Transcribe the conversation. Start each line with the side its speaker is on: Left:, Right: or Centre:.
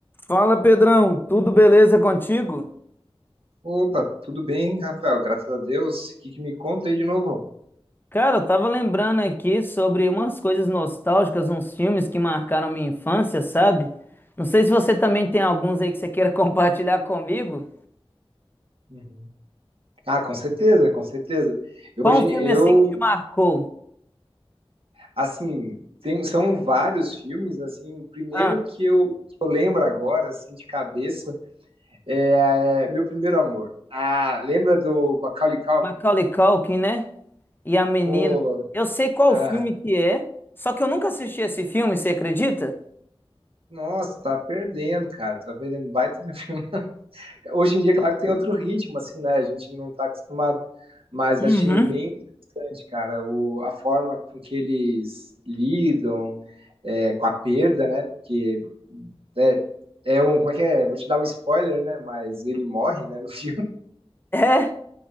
Left: Fala, Pedrão, tudo beleza contigo?
Right: Opa, tudo bem, Rafael? Graças a Deus. O que que me conta aí de novo?
Left: Cara, eu tava lembrando aqui sobre umas coisas nostálgicas, uns filmes que marcaram minha infância, sabe? Não sei se você também tem alguns aí que você queira <laughs> compartilhar comigo.
Right: Uhum. Ah, com certeza, com certeza. Hoje
Left: Qual um filme
Right: eu,
Left: assim que te marcou?
Right: assim, tem, são vários filmes, assim, o primeiro
Left: Ah,
Right: que eu, que eu lembro agora, assim, de cabeça, é, é Meu Primeiro Amor. Ah, lembra do Macaulay Culkin?
Left: Macaulay Culkin, né? E a menina.
Right: Pô,
Left: Eu sei qual
Right: aham.
Left: filme que é, só que eu nunca assisti esse filme, você acredita?
Right: Nossa, tá perdendo, cara, tá perdendo baita de um filme. Hoje em dia, claro que tem outro ritmo, assim, né? A gente não tá acostumado, mas
Left: Uhum.
Right: achei bem interessante, cara, o, a forma com que eles lidam é, com a perda, né? Porque é, é um, como é que é? Vou te dar um spoiler, né? Mas ele morre, né, no <laughs> filme.
Left: É?